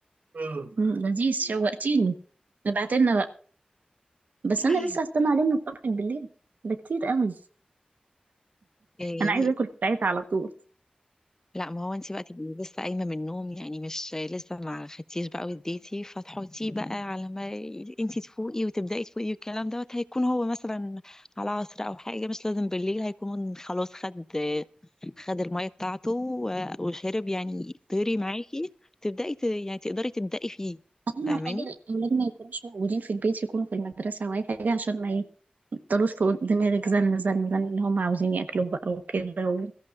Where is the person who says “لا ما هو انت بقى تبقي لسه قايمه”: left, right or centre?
Left